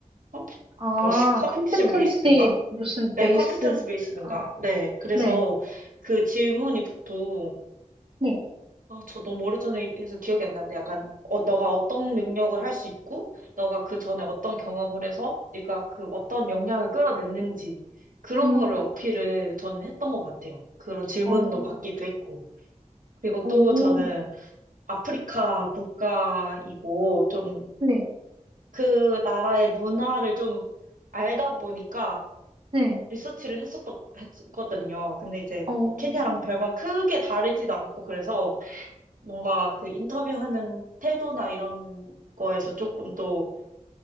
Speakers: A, on the right; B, on the right.
A: 컴퓨
B: 아,
A: 뭐 <laughs> 컴피티션
B: competency
A: 베이스든가?
B: 무슨
A: 네,
B: based
A: 컴퓨턴스 베이스든가.
B: 아,
A: 네, 그래서
B: 네.
A: 그 질문이 보통
B: 네.
A: 아, 저 너무 오래전에 해서 기억이 안 나는데 약간 어, 너가 어떤 능력을 할 수 있고 너가 그 전에 어떤 경험을 해서 네가 그 어떤 역량을 끌어냈는지 그런
B: 음,
A: 거를 어필을 저는 했던 것 같아요. 그런 질문도
B: 어.
A: 받기도 했고 그리고
B: 오.
A: 또 저는 아프리카 국가이고 좀
B: 네.
A: 그 나라의 문화를 좀 알다 보니까
B: 네.
A: 리서치를 했었 했거든요. 근데 이제
B: 어.
A: 뭐 케냐랑 별반 크게 다르지도 않고 그래서 뭔가 그 인터뷰하는 태도나 이런 거에서 조금 또